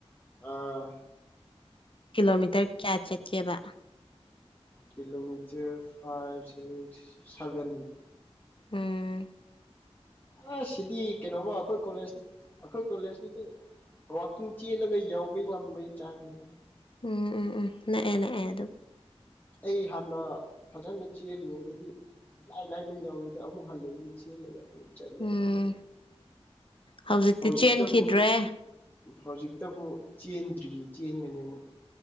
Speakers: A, on the left (about 15°); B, on the left (about 55°).
A: ꯑꯥ
B: ꯀꯤꯂꯣꯃꯤꯇꯔ ꯀꯌꯥ ꯆꯠꯀꯦꯕ
A: ꯀꯤꯂꯣꯃꯤꯇꯔ ꯐꯥꯏꯚ ꯁꯤꯛꯁ ꯁꯚꯦꯟ ꯃꯨꯛ
B: ꯎꯝ
A: ꯑꯁ ꯁꯤꯗꯤ ꯀꯩꯅꯣꯃ ꯑꯩꯈꯣꯏ ꯀꯣꯂꯦꯁ ꯑꯩꯈꯣꯏ ꯀꯣꯂꯦꯖꯇꯗꯤ ꯋꯥꯀꯤꯡ ꯆꯦꯜꯂꯒ ꯌꯥꯎꯕ ꯉꯝꯕꯒꯤ ꯆꯥꯡꯅꯤꯗ
B: ꯎꯝ ꯎꯝ ꯎꯝ ꯅꯛꯑꯦ ꯅꯛꯑꯦ ꯑꯗꯨꯝ
A: ꯑꯩ ꯍꯥꯟꯅ ꯐꯖꯅ ꯆꯦꯜꯂꯤꯉꯩꯗꯗꯤ ꯂꯥꯏ ꯂꯥꯏꯅ ꯌꯧꯢꯗ ꯑꯃꯨꯛ ꯍꯜꯂꯛꯏꯅꯤ ꯆꯦꯜꯂꯒ ꯑꯃꯨꯛ ꯆꯠꯂꯦ
B: ꯎꯝ
A: ꯑꯃꯨꯛ ꯍ
B: ꯍꯧꯖꯤꯛꯇꯤ
A: ꯍꯧꯖꯤꯛꯇꯕꯨ
B: ꯆꯦꯟꯈꯤꯗ꯭ꯔꯦ
A: ꯍꯧꯖꯤꯛꯇꯕꯨ ꯆꯦꯟꯗ꯭ꯔꯤꯌꯦ ꯆꯦꯟꯒꯅꯤ ꯑꯃꯨꯛ